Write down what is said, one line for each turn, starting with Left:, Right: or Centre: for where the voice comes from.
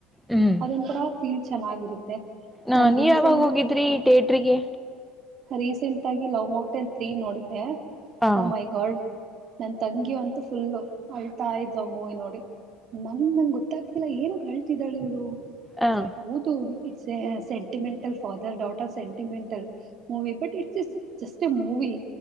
Centre: ಹ್ಮ್
Right: ಅದೊಂತರ ಫೀಲ್ ಚೆನ್ನಾಗಿರುತ್ತೆ.
Centre: ನಾ
Right: ನಾನು
Centre: ನೀ
Right: ರೀಸೆಂಟ್
Centre: ಯಾವಾಗ್ ಹೋಗಿದ್ರಿ
Right: ಆಗಿ
Centre: ಟೇಟ್ರಿಗೆ.
Right: ರೀಸೆಂಟ್ ಆಗಿ ಲವ್ ಮೊಕ್ಟೈಲ್ ತ್ರೀ ನೋಡ್ ದೆ
Centre: ಹ
Right: ಒ ಮೈ ಗಾಡ್. ನನ್ ತಂಗಿ ಅಂತೂ ಫುಲ್ಲು ಅಳ್ತಾ ಇದ್ಲು ಮೂವಿ ನೋಡಿ ನಂ ನಂಗ್ ಗೊತ್ತಾಗ್ತಿಲ್ಲ ಏನುಕ್ ಅಳ್ತಿದಳ್ ಇವ್ಳು.
Centre: ಹ
Right: ಹೌದು. <unintelligible> ದೆ sentimental father daughter sentimental movie but it's just a movie.